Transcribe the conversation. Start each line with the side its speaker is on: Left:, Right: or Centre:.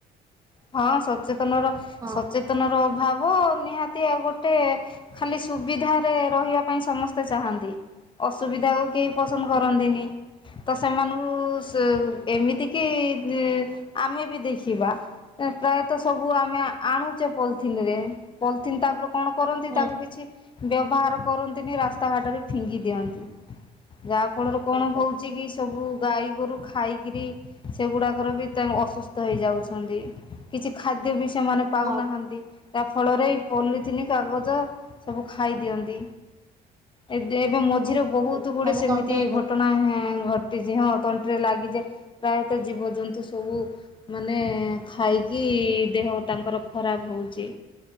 Left: ହଁ ସଚେତନ ର ସଚେତନ
Right: ହଁ।
Left: ର ସଚେତନ ର ଭାବ ନିହାତି ଆଉ ଗୋଟେ ଖାଲି ସୁବିଧାରେ ରହିବା ପାଇଁ ସମସ୍ତେ ଚାହାନ୍ତି। ଅସୁବିଧାକୁ କେହି ପସନ୍ଦ
Right: ହୁଁ
Left: କରନ୍ତିନି। ତ ସେମାନଙ୍କୁ ଏମିତି କିି ଆମେ ବି ଦେଖିବା। ପ୍ରାୟତଃ ସବୁ ଆମେ ଆଣୁଚେ ପଲିଥିନରେ ପଲିଥିିନନ୍ ତାପରେ କଣ କରନ୍ତି
Right: ହୁଁ
Left: ତାକୁ କିଛି ବ୍ୟବହାର କରନ୍ତିନି ରାସ୍ତାଘାଟରେ ଫିଙ୍ଗି ଦିଅନ୍ତି। ଯାହା ଫଳରେ କଣ
Right: ଆଜ୍ଞା
Left: ହଉଛି କି ସବୁ ଗାଈ ଗୋରୁ ଖାଇକିରି ସେଗୁଡାକରେ ବି ତା ଅସୁସ୍ଥ ହେଇଯାଉଛନ୍ତି।
Right: ହୁଁ
Left: କିଛି ଖାଦ୍ୟ ବି ସେମାନେ ପାଉନାହାନ୍ତି।
Right: ହଁ
Left: ଯା ଫଳରେ ଏଇ ପଲିଥିନ୍ କାଗଜ ସବୁ ଖାଇଦିଅନ୍ତି। ଏବେ ଏବେ ମୋ ମଝିରେ ବହୁତ
Right: ହୁଁ
Left: ଗୁଡେ
Right: ତାଙ୍କ
Left: ସେମିତି
Right: ତଣ୍ଟିରେ ନେ
Left: ଘଟଣା ଘଟିଛି ହଁ ତଣ୍ଟିରେ ଲାଗିଯାଏ। ପ୍ରାୟତଃ ଜୀବଜନ୍ତୁ ସବୁ ମାନେ ଖାଇକି ଦେହ ତାଙ୍କର ଖରାପ ହଉଛି।